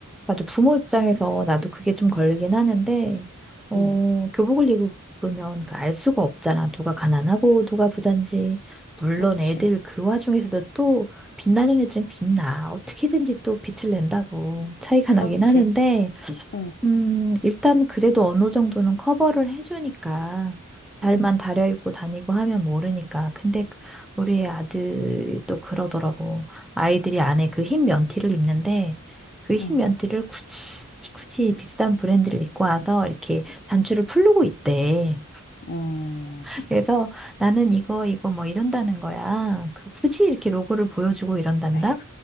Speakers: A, in the centre; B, on the left.
A: 맞아. 부모 입장에서 나도 그게 좀 걸리긴 하는데, 어,
B: 응,
A: 교복을 입으면 그 알 수가 없잖아. 누가 가난하고 누가 부잔지. 물론
B: 그렇지.
A: 애들 그 와중에서도 또 빛나는 애들은 빛나. 어떻게든지 또 빛을 낸다고 차이가
B: 그렇지.
A: 나긴 하는데,
B: 응,
A: 음, 일단 그래도 어느 정도는 커버를 해주니까 잘만
B: 응,
A: 다려입고 다니고 하면 모르니까. 근데 그- 우리 아들이 또 그러더라고. 아이들이 안에 그 흰 면티를 입는데 그 흰
B: 응,
A: 면티를 굳이 굳이 비싼 브랜드를 입고 와서 이렇게 단추를 풀르고 있대.
B: 응
A: <laughs> 그래서 나는 이거 이거 뭐 이런다는 거야. 그 굳이 이렇게 로고를 보여주고 이런단다.
B: 에휴,